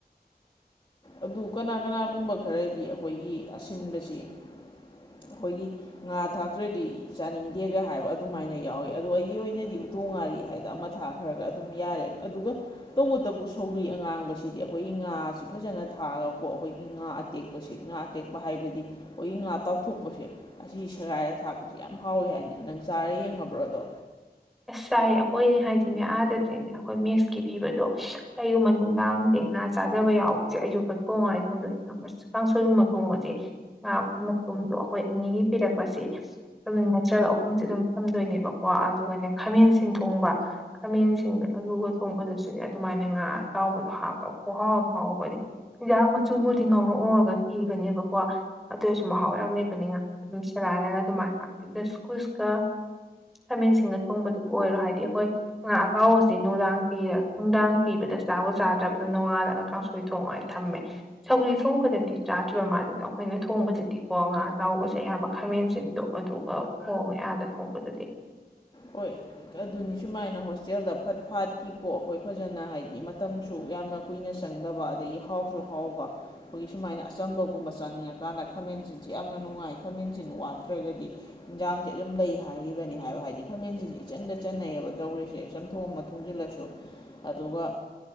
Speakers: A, on the left; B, in the centre.
A: ꯑꯗꯨ ꯀꯅꯥ ꯀꯅꯥꯒꯨꯝꯕ ꯈꯔꯗꯤ ꯑꯩꯈꯣꯏꯒꯤ ꯑꯁꯤꯟꯕꯁꯤ ꯑꯩꯈꯣꯏꯒꯤ ꯉꯥ ꯊꯥꯛꯇ꯭ꯔꯗꯤ ꯆꯥꯅꯤꯡꯗꯦꯒ ꯍꯥꯏꯕ ꯑꯗꯨꯃꯥꯏꯅ ꯌꯥꯎꯋꯤ ꯑꯗꯣ ꯑꯩꯒꯤ ꯑꯣꯏꯅꯗꯤ ꯇꯣꯡꯉꯥꯏꯔꯤ ꯍꯥꯏꯗꯅ ꯑꯃ ꯊꯥꯈ꯭ꯔꯒ ꯑꯗꯨꯝ ꯌꯥꯔꯦ ꯑꯗꯨꯒ ꯇꯧꯕꯇꯕꯨ ꯁꯧꯒ꯭ꯔꯤ ꯑꯉꯥꯡꯕꯁꯤꯗꯤ ꯑꯩꯈꯣꯏꯒꯤ ꯉꯥꯁꯤ ꯐꯖꯅ ꯊꯥꯔꯒꯀꯣ ꯑꯩꯈꯣꯏꯒꯤ ꯉꯥ ꯑꯇꯦꯛꯄꯁꯤ ꯉꯥ ꯑꯇꯦꯛꯄ ꯍꯥꯏꯕꯗꯤ ꯑꯩꯈꯣꯏꯒꯤ ꯉꯥ ꯇꯥꯎꯊꯣꯛꯄꯁꯦ ꯑꯁꯤ ꯁꯦꯒꯥꯏꯔ ꯊꯥꯛꯄꯁꯦ ꯌꯥꯝ ꯍꯥꯎꯋꯤ ꯍꯥꯏꯅꯤ ꯅꯪ ꯆꯥꯔ ꯌꯦꯡꯉꯕ꯭ꯔꯗꯣ
B: ꯑꯁ ꯆꯥꯏ ꯑꯩꯈꯣꯏꯅꯦ ꯍꯥꯏꯗꯤꯅꯦ ꯑꯥꯗꯇ꯭ꯔꯤꯅꯦ ꯑꯩꯈꯣꯏ ꯃꯦꯠꯁꯀꯤ ꯄꯤꯕꯗꯣ ꯀꯌꯨꯝꯕ ꯅꯨꯡꯗꯥꯡ ꯇ ꯉꯥ ꯆꯥꯗꯕ ꯌꯥꯎꯕꯁꯦ ꯑꯌꯨꯛꯄ ꯀꯣꯡꯉꯥꯏ ꯊꯝꯗꯣꯏꯁ ꯉꯃꯁꯦ ꯀꯥꯡꯁꯣꯏꯒꯨꯝꯕ ꯊꯣꯡꯕꯁꯦ ꯉꯥ ꯃꯇꯨꯝꯗꯣ ꯑꯩꯈꯣꯏ ꯑꯅꯤꯒꯤ ꯄꯤꯔꯛꯄꯁꯦ ꯈꯃꯤ ꯅꯠꯇ꯭ꯔꯒ ꯑꯍꯨꯝꯁꯦ ꯑꯗꯨꯝ ꯊꯝꯗꯣꯏꯅꯦꯕꯀꯣ ꯑꯗꯨꯒꯅꯦ ꯈꯥꯃꯦꯟ ꯁꯤꯟ ꯊꯣꯡꯕ ꯈꯥꯃꯦꯟꯁꯤꯡꯗ ꯑꯂꯨꯒ ꯊꯣꯡꯕꯗꯁꯨꯅꯦ ꯑꯗꯨꯃꯥꯏꯅ ꯉꯥ ꯑꯇꯥꯎꯕꯗꯣ ꯍꯥꯞꯄ ꯈꯍꯥꯎ ꯍꯥꯎꯕꯅꯤ ꯏꯟꯖꯥꯡ ꯃꯆꯨꯕꯨꯗꯤ ꯉꯧꯔꯛꯉꯧꯔꯒ ꯊꯤꯕꯅꯦꯕꯀꯣ ꯑꯗꯨ ꯑꯣꯏꯔꯁꯨ ꯃꯍꯥꯎ ꯌꯥꯝ ꯂꯩꯕꯅꯤ ꯉꯥ ꯑꯗꯨꯝ ꯁꯦꯒꯥꯏꯔꯒ ꯑꯗꯨꯃꯥꯏꯅ ꯗ ꯁꯀꯨꯁꯀ ꯈꯃꯦꯟꯁꯤꯡꯅ ꯊꯣꯡꯕꯗꯨꯕꯨ ꯑꯣꯏꯔꯣ ꯍꯥꯏꯗꯤ ꯑꯩꯈꯣꯏ ꯉ ꯑꯇꯥꯎꯕꯁꯦ ꯅꯨꯡꯗꯥꯡ ꯄꯤꯔꯒ ꯅꯨꯡꯗꯥꯡ ꯄꯤꯕꯗ ꯆ ꯆꯥꯕꯨ ꯆꯥꯗ꯭ꯔꯕꯗ ꯅꯣꯡꯉꯥꯜꯂꯒ ꯀꯥꯡꯁꯣꯏ ꯊꯣꯡꯉ ꯍꯥꯏꯦ ꯊꯝꯃꯦ ꯁꯧꯒ꯭ꯔꯤ ꯊꯣꯡꯕꯗꯗꯤ ꯆꯥꯗ꯭ꯔꯤꯕ ꯃꯥꯗꯨꯗ ꯑꯩꯈꯣꯏꯅ ꯊꯣꯡꯕꯗꯗꯤꯀꯣ ꯉꯥ ꯇꯥꯎꯕꯁꯦ ꯑꯌꯥꯝꯕ ꯈꯥꯃꯦꯟꯁꯤꯡꯗꯣ ꯑꯗꯨꯒ ꯈꯣꯡꯑꯦ ꯑꯥꯗ ꯊꯣꯡꯕꯗꯗꯤ
A: ꯑꯣꯏ ꯑꯗꯨꯅꯤ ꯁꯨꯃꯥꯏꯅ ꯍꯣꯁꯇꯦꯜꯗ ꯐꯠ ꯐꯥꯠꯈꯤꯀꯣ ꯑꯩꯈꯣꯏ ꯐꯖꯅ ꯍꯥꯏꯗꯤ ꯃꯇꯝꯁꯨ ꯌꯥꯝꯅ ꯀꯨꯏꯅ ꯆꯪꯗꯕ ꯑꯗꯒꯤ ꯍꯥꯎꯁꯨ ꯍꯥꯎꯕ ꯑꯩꯈꯣꯏꯒꯤ ꯁꯨꯃꯥꯏꯅ ꯑꯆꯝꯕꯒꯨꯝꯕ ꯆꯥꯅꯤꯡꯉꯀꯥꯟꯗ ꯈꯥꯃꯦꯟ ꯆꯤꯟꯁꯤ ꯌꯥꯝꯅ ꯅꯨꯡꯉꯥꯏ ꯈꯥꯃꯦꯟ ꯆꯤꯟ ꯋꯥꯠꯇ꯭ꯔꯒꯗꯤ ꯏꯟꯖꯥꯡꯁꯤ ꯑꯗꯨꯝ ꯂꯩ ꯍꯥꯏꯔꯤꯕꯅꯤ ꯍꯥꯏꯕ ꯍꯥꯏꯗꯤ ꯈꯥꯃꯦꯟꯁꯤꯗꯤ ꯏꯆꯟꯗ ꯆꯟꯅꯩꯌꯦꯕ ꯇꯧꯔꯤꯁꯦ ꯆꯝꯊꯣꯛꯑ ꯑꯃ ꯊꯣꯡꯖꯤꯜꯂꯁꯨ ꯑꯗꯨꯒ